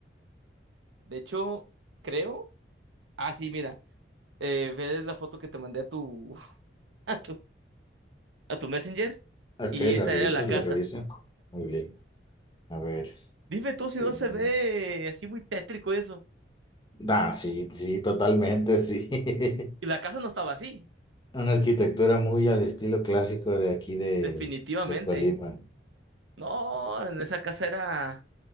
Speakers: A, on the right (about 85°); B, on the left (about 25°).
A: De hecho, creo. Ah, sí, mira. Eh, ve la foto que te mandé a tu, <laughs> a tu, a tu Messenger
B: Ok,
A: y esa
B: la reviso,
A: era la
B: la
A: casa.
B: reviso. Muy bien. A ver,
A: Dime tú si
B: viendo.
A: no se ve así muy tétrico eso.
B: Ah, sí, sí, totalmente, sí. <laughs>
A: Y la casa no estaba así,
B: Una arquitectura muy al estilo clásico de aquí de,
A: definitivamente.
B: de Colima.
A: No, en esa casa era,